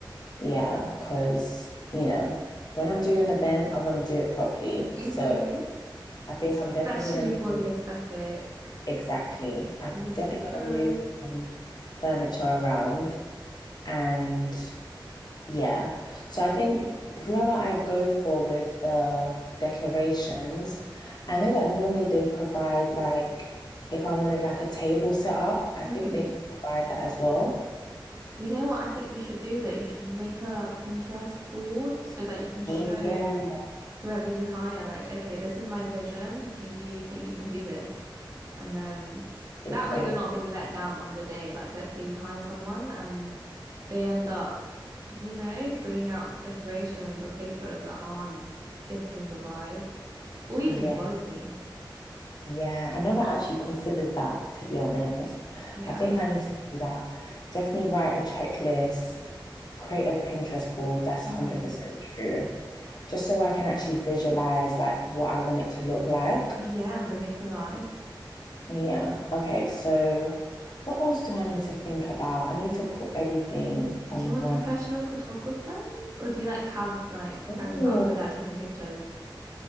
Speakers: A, on the left; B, on the right.
A: Yeah, because, you know, when I'm doing an event, I want to do it properly.
B: Mm-hmm.
A: So I think
B: Especially
A: I'm definitely going to
B: for
A: move.
B: the aesthetic.
A: Exactly. I'm
B: need
A: definitely
B: pictures.
A: going to move some furniture around and Yeah. So I think whoever I go for with the decorations, I know that normally they provide like if I wanted like a table set up, I
B: Mm-hmm.
A: think they can provide that as well.
B: You know what I think you should do though? You should make a Pinterest board so that you can show
A: Oh yeah.
B: whoever you hire, like, okay, this is my vision. Do you think you can do this? And then
A: It's
B: that way
A: very
B: you're not being let down on the day. Like, let's say you hire someone and they end up, you know, bringing out decorations or caterers that aren't fitting the vibe or even
A: yeah.
B: in quality.
A: Yeah. I never actually considered that to be honest.
B: Yeah.
A: I think I need to do that. Definitely write a checklist, create a Pinterest board, that's
B: hmm
A: 100% true. Just so I can actually visualize like what I want it to look like.
B: Yeah, and bring it to life.
A: Yeah. Okay. So, what else do I need to think about? I need to put everything on
B: Do you want
A: one.
B: professional photographers or do you like have like friends
A: Oh,
B: that are good at taking pictures?